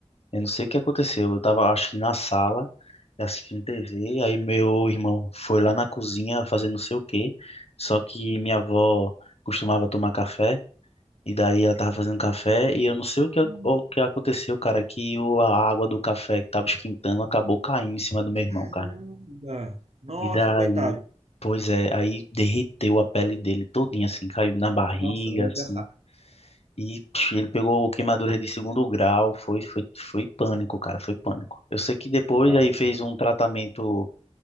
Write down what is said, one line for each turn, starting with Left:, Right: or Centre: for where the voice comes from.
Left: eu não sei o que aconteceu. Eu tava acho que na sala assistindo TV, aí meu irmão foi lá na cozinha fazer não sei o quê. Só que minha avó costumava tomar café e daí ela tava fazendo café e eu não sei o que
Right: Hum,
Left: ac- o que aconteceu, cara, que o, a água do café que tava esquentando acabou caindo em cima do meu irmão,
Right: Caramba!
Left: cara.
Right: Nossa,
Left: E daí,
Right: coitado.
Left: pois é, aí derreteu a pele dele todinha, assim, caiu na barriga,
Right: Nossa, não ia
Left: assim.
Right: pensar.
Left: E psh, ele pegou queimadura de segundo grau, foi, foi, foi pânico, cara, foi pânico. Eu sei que depois
Right: Nossa,
Left: aí fez um tratamento